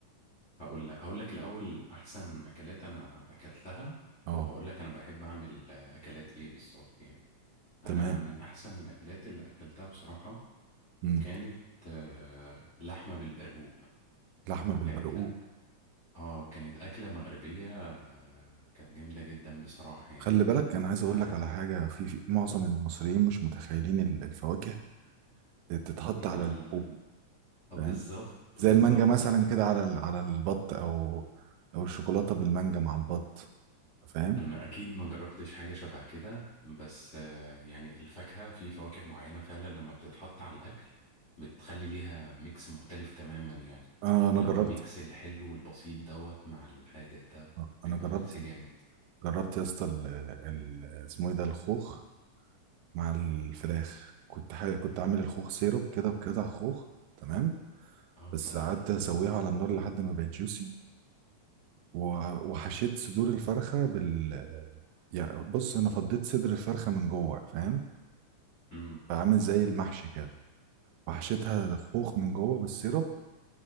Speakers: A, on the left; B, on the right.
A: هقول لك هقول لك الأول أحسن أكلات أنا أكلتها
B: أه
A: وهقول لك أنا بحب أعمل آه، أكلات إيه بالظبط يعني أنا
B: تمام
A: من أحسن الأكلات اللي أكلتها بصراحة
B: مم.
A: كانت آه، لحمة بالبرقوق
B: لحمة بالبرقوق
A: كانت اه كانت أكلة مغربية آه، كانت جامدة جدا بصراحة يعني
B: خلي بالك أنا عايز
A: عارف
B: أقول لك على حاجة في, في معظم المصريين مش متخيلين ال- الفواكه تتحط
A: مع
B: على
A: ال...
B: اللحوم
A: آه،
B: فاهم
A: بالظبط
B: زي
A: بالظبط
B: المانجا مثلا كده على ال- على البط أو أو الشوكولاتة بالمانجا مع البط فاهم
A: أنا أكيد ما جربتش حاجة شبه كده بس آه، يعني الفاكهة في فواكه معينة فعلا لما بتتحط على الأكل بتخلي ليها ميكس مختلف تماما يعني
B: آه أنا
A: اللي
B: جربت
A: هو ميكس الحلو والبسيط دوت مع الحادق ده
B: آه،
A: بيكون
B: أنا جربت
A: ميكس جامد
B: جربت يا اسطى ال- ال- اسمه إيه ده الخوخ مع الفراخ كنت حاجة كنت عامل الخوخ سيرب كده بقطع خوخ تمام
A: اه
B: بس
A: طبعا
B: قعدت اسويها على النار لحد ما بقت جوسي و... وحشيت صدور الفرخة بال يعني بص انا فضيت صدر الفرخة من جوه فاهم
A: امم
B: فعامل زي المحشي كده وحشيتها خوخ من جوه بالسيرب